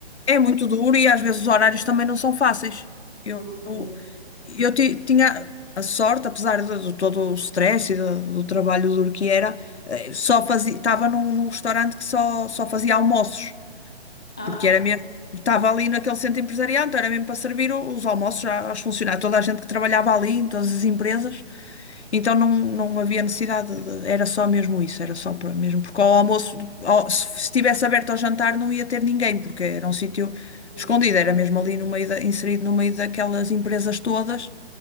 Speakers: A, on the left; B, in the centre.
A: é muito duro e às vezes os horários também não são fáceis. Eu,
B: Pois
A: eu,
B: é.
A: eu ti- tinha a sorte, apesar de, de todo o stress e do, do trabalho duro que era, eh, só fazia, estava num, num restaurante que só, só fazia almoços,
B: Ah,
A: porque era mesmo, estava ali naquele centro empresarial, então era mesmo para servir o- os almoços já aos funcionários, toda a gente que trabalhava ali, em todas as empresas. Então não, não havia necessidade, de- era só mesmo isso, era só para mesmo, porque ao almoço, ao- se estivesse aberto ao jantar não ia ter ninguém, porque era um sítio
B: pois,
A: escondido,
B: é.
A: era mesmo ali no meio da- inserido no meio daquelas empresas todas,